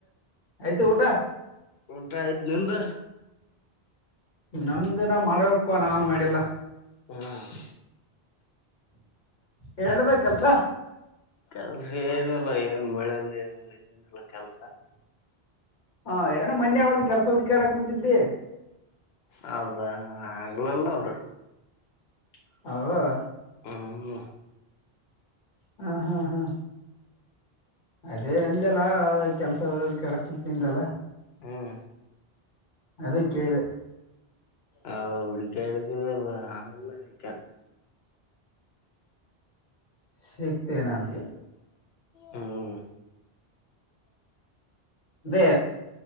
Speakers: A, on the left (about 50°); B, on the left (about 75°).
A: ಆಯ್ತು ಊಟ
B: ಉಂಟಾಯ್ತ್ ನಿಮ್ದು
A: ನಮ್ದಿನ ಮಾಡವಕ್ಪ್ಪಾ ನಾವೇನ್ ಮಾಡಿಲ್ಲ
B: ಹ್ಮ
A: ಹೇಳದ ಕೆಲ್ಸ
B: ಕೆಲ್ಸ ಏನಲ್ಲ ಏನ್ ಮಳೆಲಿ ಏನ ಏನಲ್ಲ ಕೆಲ್ಸ
A: ಹಾ ಏನೋ ಮೊನ್ನೆ ಒಂದ ಕೆಲಸ ಹುಡುಕ್ಯಾಡ್ಕುಂತಿದ್ದಿ.
B: ಹಾ ಅದ ಹಾಗಲ್ಲಲ್ಲ ಅದ
A: <unintelligible>
B: ಹ್ಮ್.
A: ಹಾ ಹ್ಮ್ ಹ್ಮ್ ಹ್ಮ್. ಅದೇ ಅಂದಿ ನಾಳೆ ಕೆಲಸ ಹುಡುಕ್ಯಾಡ ಕುಂತಿದ್ದೀ ಅಲ್ಲ.
B: ಹ್ಮ್.
A: ಅದೇ ಕೇಳಿದೆ.
B: ಅದ ಹೂಡಿಕ್ಯಡಿದವಲ್ಲ ಎಲ್ಲ ಅಕ್ಕಿ
A: ಸಿಗ್ತಿಯ ಏನ್ ಅಂತೀಯಾ?
B: ಹ್ಮ್.
A: ಅದೇ